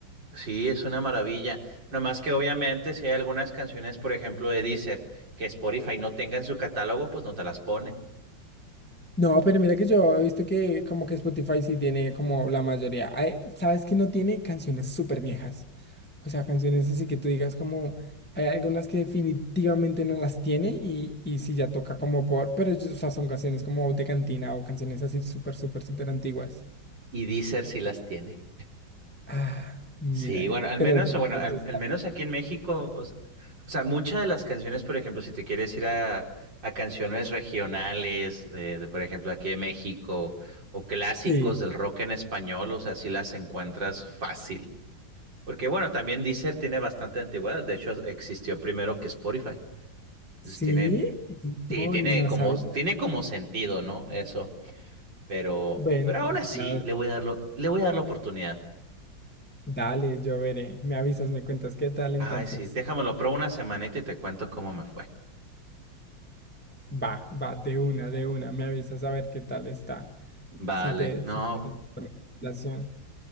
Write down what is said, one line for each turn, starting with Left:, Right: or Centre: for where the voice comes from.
Right: sí, es una maravilla. No más que obviamente si hay algunas canciones, por ejemplo, de Deezer, que Spotify no tenga en su catálogo, pues no te las pone.
Centre: No, pero mira que yo he visto que como que Spotify sí tiene como la mayoría. Ay, ¿sabes que no tiene canciones súper viejas? O sea, canciones así que tú digas como hay algunas que definitivamente no las tiene y, y sí ya toca como por, pero yo- o sea, son canciones como de cantina o canciones así súper, súper, súper antiguas.
Right: Y Deezer sí las tiene.
Centre: Ah, mira,
Right: Sí,
Centre: eh,
Right: bueno, al
Centre: pero
Right: menos,
Centre: el- <laughs>
Right: o bueno, al, al menos aquí en México, o, s- o sea, muchas de las canciones, por ejemplo, si te quieres ir a, a canciones regionales, de, de, por ejemplo, aquí de México, o clásicos
Centre: Sí,
Right: del rock en español, o sea, sí las encuentras fácil. Porque bueno, también Deezer tiene bastante antigüedad, de hecho existió primero que Spotify. Entonces
Centre: sí,
Right: tiene,
Centre: no,
Right: sí, tiene
Centre: no
Right: como,
Centre: sabía.
Right: tiene como sentido, ¿no? Eso. Pero,
Centre: Bueno,
Right: pero aún así,
Centre: la-
Right: le voy a darlo, le voy a dar la oportunidad.
Centre: dale, yo veré. Me avisas, me cuentas qué tal
Right: Ay,
Centre: entonces.
Right: sí, déjamelo, pruebo una semanita y te cuento cómo me fue.
Centre: Va, va, de una, de una. Me avisas a ver qué tal está.
Right: Vale,
Centre: Si te,
Right: no,
Centre: si te... da la relación.